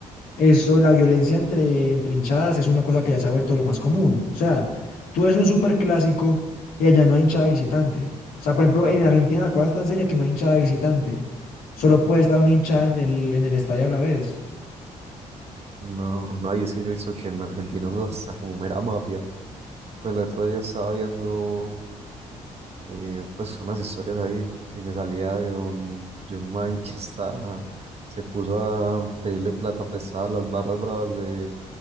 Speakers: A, on the left; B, on the right.
A: eso, la violencia entre, entre hinchadas es una cosa que ya se ha vuelto lo más común. O sea, tú ves un superclásico y allá no hay hinchada visitante. O sea, por ejemplo,
B: Ja,
A: en Argentina la cosa es tan seria que no hay hinchada visitante. Solo
B: ja.
A: puede estar una hinchada en el, en el estadio a la vez.
B: No, no, y es que yo he visto que en Argentina eso está como mera mafia. Pues el otro día estaba viendo eh, pues unas historias ahí y me salía de un, de un man que está, se puso a pedirle plata prestada a las barras bravas de,